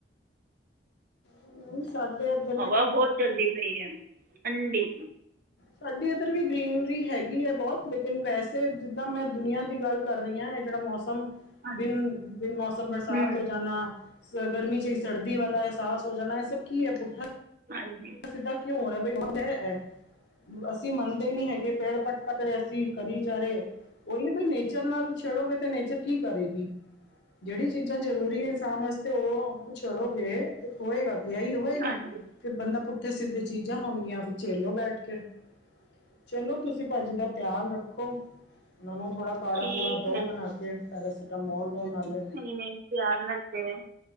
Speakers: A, on the left (about 65°); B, on the right (about 45°).
A: ਹਮ ਸਾਡੇ ਇਧਰ
B: ਹਵਾ ਬਹੁਤ ਚਲਦੀ ਪਈ ਹੈ ਠੰਡੀ
A: ਸਾਡੀ ਇੱਧਰ ਵੀ ਗ੍ਰਰੀਨਰੀ ਹੈਗੀ ਹੈ ਬਹੁਤ ਲੇਕਿਨ ਵੈਸੇ ਜਿੱਦਾਂ ਮੈਂ ਦੁਨੀਆਂ ਦੀ ਗੱਲ ਕਰ ਰਹੀ ਹਾਂ ਇਹ ਜਿਹੜਾ ਮੌਸਮ ਸ
B: ਹਾਂਜੀ
A: ਬਿਨ-ਬਿਨ ਮੌਸਮ ਬਰਸਾਤ
B: ਹਮ
A: ਹੋ ਜਾਣਾ ਗਰਮੀ ਚਾਹੀ ਸਰਦੀ ਵਾਲਾ ਹੈ ਇਹਸਾਸ ਹੋ ਜਾਨਾ ਹੈ ਸਭ ਕੀ ਹੈ ਪੁੱਠਾ
B: ਹਾਂਜੀ
A: ਸਿੱਧਾ ਕਿਉਂ ਹੋ ਰਸਤਾ ਏ ਹੈ ਅਸੀਂ ਮੰਨਦੇ ਨੀ ਹੈਗੇ ਪੇੜ ਕੱਟ-ਕੱਟ ਰਹੇ ਅਸੀਂ ਕਰੀ ਜਾ ਰਹੇ ਉਹੀ ਹੈ ਬ ਨੇਚਰ ਨਾਲ ਸ਼ੇਡੋਗੇ ਤੇ ਨੇਚਰ ਕੀ ਕਰੇਗੀ ਜਿਹੜੀ ਚੀਜ਼ਾਂ ਜ਼ਰੂਰੀ ਹੈ ਇਨਸਾਨ ਵਾਸਤੇ ਉਹ ਉਹਨੂੰ ਛੇਡੋਗੇ ਹੋਏਗਾ ਕਿ ਆ ਹੀ ਹੋਏਗਾ
B: ਹਾਂਜੀ
A: ਫਿਰ ਬੰਦਾ ਪੁੱਠੇ ਸਿੱਧੇ ਚੀਜ਼ਾਂ ਹੋਣਗੀਆਂ ਫਿਰ ਝੇਲੋ ਬੈਠ ਕੇ ਚਲੋ ਤੁਸੀਂ ਭਾਜੀ ਦਾ ਧਿਆਨ ਰੱਖੋ ਮੈਨੂੰ ਥੋੜ੍ਹਾ ਕਾੜਾ
B: ਠੀਕ
A: ਪੂੜਾ ਦੋਹ
B: ਹੈ
A: ਬਣਾ ਕੇ ਪੈਰਾਸੀਟਾਮੋਲ ਦੋ ਨਾਲੇ
B: ਨਹੀਂ ਨਹੀਂ ਧਿਆਨ ਰੱਖਦੇ